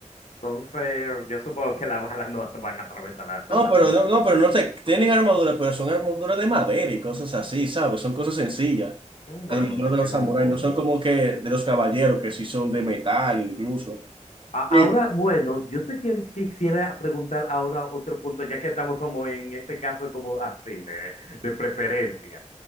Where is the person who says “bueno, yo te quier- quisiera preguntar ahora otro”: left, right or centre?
Left